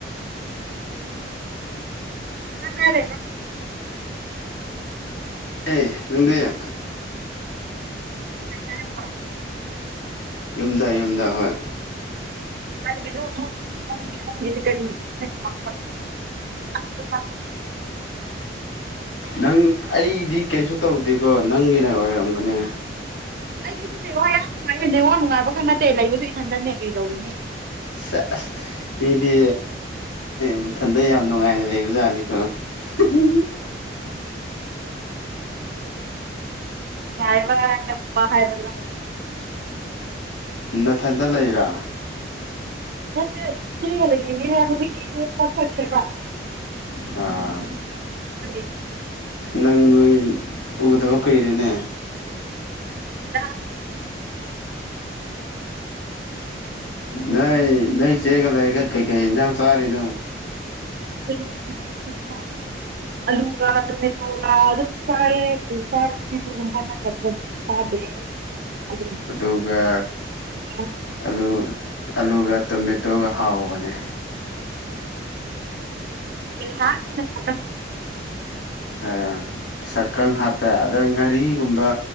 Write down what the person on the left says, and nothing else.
ꯑꯦ ꯅꯗ
ꯌꯨꯝꯗꯥ ꯌꯨꯝꯗꯥ ꯍꯣꯏ
ꯅꯪ ꯑꯩ ꯀꯩꯁꯨ ꯇꯧꯗꯦꯀꯣ ꯅꯪꯒꯤꯅ ꯑꯣꯏꯔꯝꯒꯅꯤ
ꯑꯁ ꯃꯤꯗꯤ ꯃꯊꯟꯇ ꯌꯥꯝ ꯅꯨꯡꯉꯥꯏꯅ ꯂꯩꯕ ꯖꯥꯠꯅꯤ ꯎꯝ ꯎꯝ
ꯅꯊꯟꯗ ꯂꯩꯔꯥ
ꯑꯥ
ꯅꯪ ꯅꯣꯏ ꯎꯗꯕ ꯀꯩꯔꯅꯦ
ꯅꯣꯏ ꯅꯣꯏ ꯆꯦꯒ ꯂꯩꯔꯒ ꯀꯩꯀꯩ ꯌꯦꯟꯁꯥꯡ ꯆꯥꯔꯤꯅꯣ
ꯑꯗꯨꯒ
ꯑꯂꯨ ꯑꯂꯨꯒ ꯇꯣꯃꯦꯇꯣꯒ ꯍꯥꯎꯕꯅꯦ
ꯑ ꯁꯛꯀꯪ ꯍꯥꯞꯄꯦ ꯑꯗ ꯉꯥꯔꯤ ꯑꯗꯨꯒꯨꯝꯕ